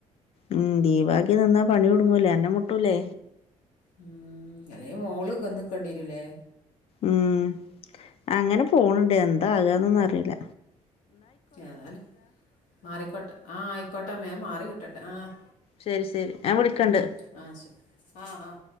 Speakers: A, on the left (about 50°); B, on the left (about 85°).
A: ഉം ലീവാക്കി നിന്നാ പണി കു ടുങ്ങൂലേ അന്നം മുട്ടൂല്ലേ?
B: ഉം അല്ലെങ്കി മോള് വന്ന് ക്കണ്ട്യേരുലെ?
A: ഉം അങ്ങനെ പോണ്ണ്ണ്ട് എന്താ ആ വന്നൊന്നും അറീല.
B: ഏതാലും മാറിക്കോട്ടെ ആഹ് ആയിക്കോട്ടെ മേം മാറി ട്ടട്ടെ ആഹ്
A: ശരി ശരി ഞാൻ വിളിക്കണ്ട്
B: ഉം അഹ് ഷ് ആഹ് ആഹ്